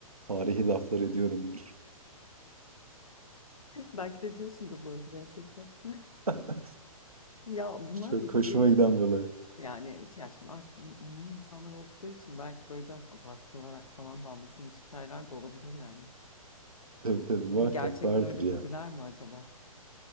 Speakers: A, on the right; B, on the left.
A: tarihi laflar ediyorumdur.
B: Belki de diyorsundur bu arada gerçekten. <laughs>
A: <laughs>
B: Ya bunlar
A: Çok
B: da tabii
A: hoşuma giden bir olay.
B: Yani ya şimdi artık ün- ünlü insanlar oldukları için belki böyle biraz abartılarak falan da anlatılmış hikayeler de olabilir yani.
A: Tabii tabii muhakkak
B: Hani gerçekten
A: vardır
B: öyle
A: ya.
B: dediler mi acaba?